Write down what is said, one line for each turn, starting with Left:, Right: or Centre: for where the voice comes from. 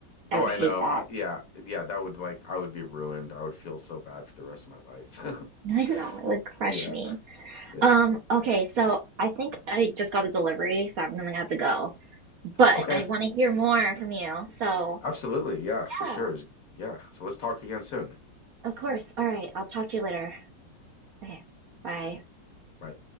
Right: I
Left: Oh,
Right: would
Left: I
Right: hate
Left: know.
Right: that.
Left: I, yeah. Yeah, that would like I would be ruined. I would feel so bad for the rest of my life. <laughs>
Right: <laughs> I know, it would crush
Left: Yeah.
Right: me.
Left: Yeah.
Right: Um, okay, so I think I just got a delivery, so I'm gonna have to go. But
Left: Okay.
Right: I want to hear more from you. So,
Left: Absolutely. Yeah, for
Right: yeah,
Left: sure. It was- yeah. So let's talk again soon.
Right: of course. All right, I'll talk to you later. Okay, bye.
Left: Bye.